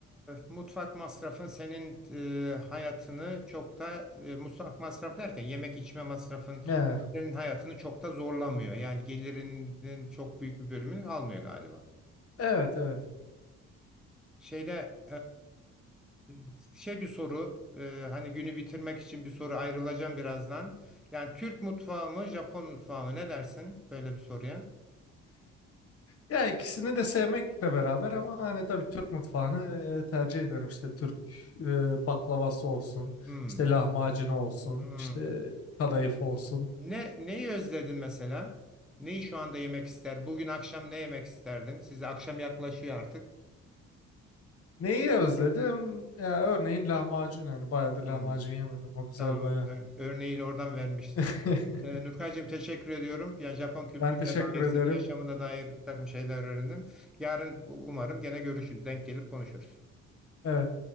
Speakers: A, in the centre; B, on the left.
A: e, mutfak masrafın senin e, hayatını çok da e, mutfak masrafı derken yemek içme masrafın
B: Yani,
A: senin hayatını çok da zorlamıyor. Yani gelirinin çok büyük bir bölümünü almıyor galiba.
B: evet evet.
A: Şeyde eee, şey bir soru eee, hani günü bitirmek için bir soru ayrılacağım birazdan. Yani Türk mutfağı mı Japon mutfağı mı ne dersin böyle bir soruya?
B: Ya ikisini de sevmekle beraber ama hani tabii Türk mutfağını e, tercih ederim. İşte Türk e, baklavası olsun,
A: Hmm,
B: işte lahmacunu olsun,
A: hmm.
B: işte kadayıf olsun.
A: Ne neyi özledin mesela? Neyi şu anda yemek ister? Bugün akşam ne yemek isterdin? Siz de akşam yaklaşıyor artık.
B: Neyi özledim? Ya örneğin lahmacun yani bayağıdır lahmacun
A: Hmm.
B: yemedim. O güzel
A: Tamam.
B: bayağı.
A: ö- Örneği de oradan vermiştin.
B: <laughs>
A: Ee, Nurkaycığım teşekkür ediyorum. Yani Japon kültürüne
B: Ben teşekkür
A: dair,
B: ederim.
A: senin yaşamına dair bir takım şeyler öğrendim. Yarın u- umarım gene görüşürüz. Denk gelir konuşuruz.
B: Evet.